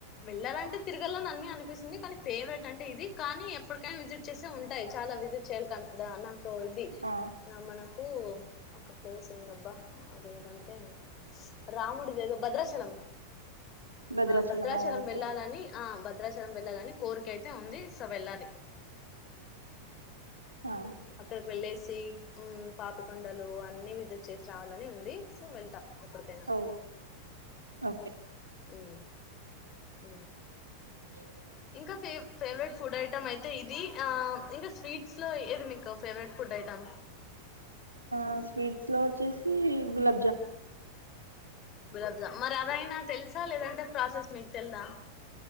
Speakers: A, on the left; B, on the right.
A: వెళ్ళాలంటే తిరగలని అన్నీ అనిపిస్తుంది కానీ ఫేవరెట్ అంటే ఇది కానీ ఎప్పటికైనా విజిట్ చేసే ఉంటాయి చాలా విజిట్ చేయాల కన్ దాన కొడి
B: ఆ
A: నా మన నాకు ఒక ప్లేస్ ఉందబ్బా అదేంటంటే ఇష్ రాముడిది ఏదో భద్రాచలం
B: భద్రాచలమా
A: ఆ భద్రాచలం
B: ఓకే
A: వెళ్ళాలని ఆ భద్రాచలం వెళ్లాలని కోరిక అయితే ఉంది సో వెళ్ళలి
B: ఆ
A: అక్కడికి వెళ్ళేసి ఉమ్ పాపికొండలు అన్ని విజిట్ చేసి రావాలని ఉంది సో వెళ్తా ఎప్పటికైనా
B: ఓ ఓకే
A: ఉమ్ ఉమ్
B: అ
A: ఇంకా ఫేవ్ ఫేవరెట్ ఫుడ్ ఐటమ్ అయిత్ అయితే ఇది ఆ ఇంకా స్వీట్స్ లో ఏది మీకు ఫేవరెట్ ఫుడ్ ఐటమ్
B: ఆ స్వీట్స్ లో వచ్చేసి గులబ్
A: గులాబ్ జామ్ మరి అదైనా తెలుసా లేదంటే ప్రాసెస్ మీకు తెల్దా